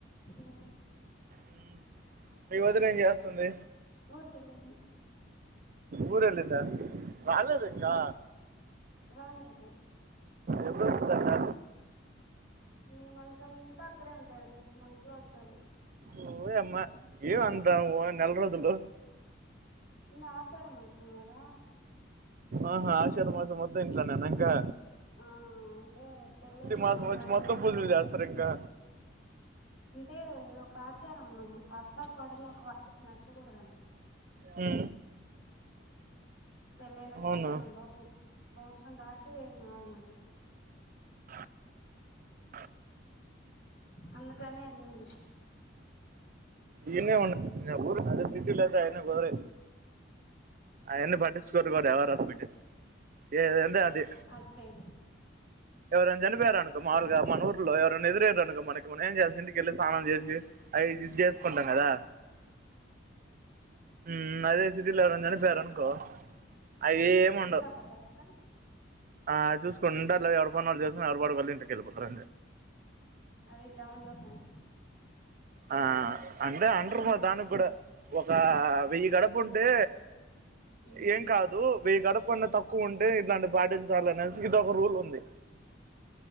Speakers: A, on the left (about 70°); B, on the right (about 45°).
A: ఊ
B: ఉమ్. మీ వదిన ఏం చాస్తుంది
A: ఊరికెళ్ళింది
B: ఊరెళ్ళిందా రాలేదా ఇంకా
A: రాలేదు
B: ఎప్పుడొచ్చుది అంట
A: ఈ మంత్ అంతా అక్కడే ఉంటాది నెక్స్ట్ మంత్ లో వచ్చాది
B: ఓ యమ్మా ఏం అంతా ఊ నెల రోజులు
A: ఇంగ ఆషాడ మాసం గాదా
B: ఆహా ఆషాఢ మాసం మొత్తం ఇంట్లో నేన అంకా
A: ఆ అంటే పెళ్ళైన
B: మాసం వచ్చి
A: వన్
B: మొత్తం
A: ఇయర్
B: పూజలు
A: లోపల
B: చేస్తారు
A: వస్తే
B: ఇంకా
A: అంటే ఇది ఒక ఆచారంను అత్త కోడలు ఒక వాకిట నడ్చకూడదంట
B: వే
A: పెళ్ళైన సంవత్సరం
B: అవును
A: లోపు సంవత్సరం దాటితే ఏం కాదు మళ్ళీ
B: <inaudible>
A: అందుకనే ఎళ్ళింది
B: ఈడ్నే ఉన్న ఊరు అదే సిటీలయితే ఎన గోరే ఆయన్ని పటించుకోరు వారు ఎవరు రాస్ పెట్టే ఏ ఎందే అది
A: అటు సైడ్
B: ఎవరు అయిన చనిపోయరనుకో మాములుగ
A: ఇక్కడ
B: మనూర్ ఎవరైనా ఎదురయ్రనుకో మనకి మనం ఏం చేసి ఇంటికెళ్ళి స్నానం చేసి అవి ఇది చేసుకుంటాం కదా హ్మ్ అదే సిటీలో ఎవరైనా చనిపోయారు అనుకో అవి ఏమి
A: చూత్తబోతారు
B: ఉండవు
A: కదా
B: ఆ చూసుకుంటారు లే ఎవరి పని వాళ్ళు చేసుకుని ఎవరు వాళ్ళ ఇంటికి వెళ్ళిపోతారు
A: అది టౌన్లో పని
B: ఆ అంటే అండర్ దానికి కూడా ఒక వెయ్యి గడపు ఉంటే
A: ఉ
B: ఏం కాదు వేయ్ గడపున్న తక్ క్కువ ఉంటే ఇట్లాంటి పాటించాలి అనేసి ఇదొక ఒక రూల్ ఉంది